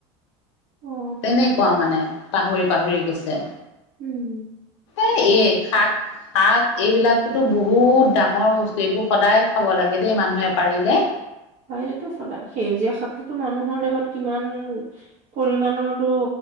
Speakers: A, on the right; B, on the left.
A: অ
B: তেনেকুৱা মানে, পাহৰি - পাহৰি গৈছে।
A: উম।
B: এ- এ শাক শাক এইবিলাকতো বহুত ডাঙৰ বস্তু। এইবোৰ সদায় খাব লাগে দেই, মানুহে পাৰিলে।
A: হয়, সেইটো ফল- সেউজীয়া শাকটোতো মানুহৰ দেহত কিমান পৰিমাণৰতো